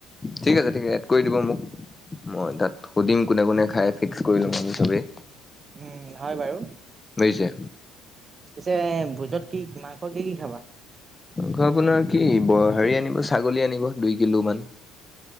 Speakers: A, on the left (about 20°); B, on the right (about 35°).
A: ঠিক আছে ঠিক আ, এড কৰি দিব মোক, মই তাত সুধিম কোনে কোনে খাই, ফিক্স কৰি লম আমি চবেই।
B: উম, হয় বাৰু।
A: বুজিছে
B: পিছে ভোজত কি, মাংস কি কি খাবা?
A: মাংস আপোনাৰ কি ব হেৰি আনিব ছাগলী আনিব দুই কিলো মান।